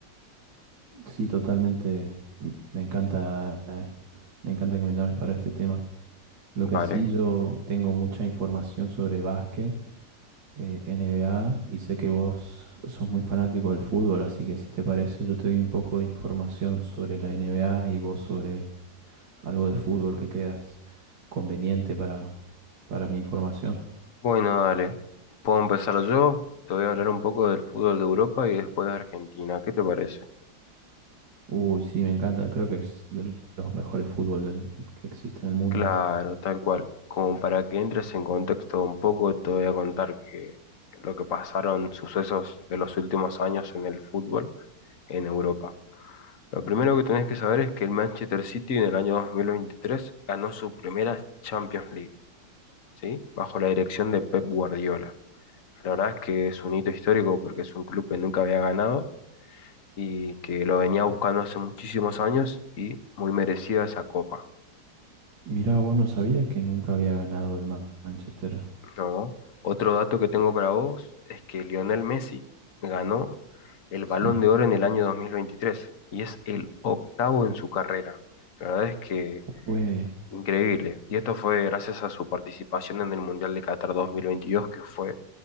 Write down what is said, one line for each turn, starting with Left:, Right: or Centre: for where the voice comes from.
Right: sí, totalmente. m- Me encanta, eh, me encanta que me llames para este tema. Lo que
Left: Vale,
Right: sí, yo tengo mucha información sobre básquet, eh, NBA, y sé que vos sos muy fanático del fútbol, así que si te parece, yo te doy un poco de información sobre la NBA y vos sobre algo de fútbol que creas conveniente para, para mi información.
Left: Bueno, dale. ¿Puedo empezar yo? Te voy a hablar un poco del fútbol de Europa y después de Argentina. ¿Qué te parece?
Right: Uy, sí, me encanta. Creo que es de los mejores fútbol del- que existe en el mundo.
Left: Claro,
Right: ¿no?
Left: tal cual. Como para que entres en contexto un poco, te voy a contar que lo que pasaron, sucesos de los últimos años en el fútbol en Europa. Lo primero que tenés que saber es que el Manchester City en el año 2023 ganó su primera Champions League, ¿sí? Bajo la dirección de Pep Guardiola. La verdad es que es un hito histórico porque es un club que nunca había ganado y que lo venía buscando hace muchísimos años y muy merecida esa copa,
Right: Mira, vos no sabía que nunca había ganado el Ma- Manchester.
Left: ¿no? Otro dato que tengo para vos es que Lionel Messi ganó el Balón
Right: Sí,
Left: de Oro en el año 2023 y es el octavo en su carrera. La verdad es que
Right: fue
Left: Increíble. Y esto fue gracias a su participación en el Mundial de Qatar 2022, que fue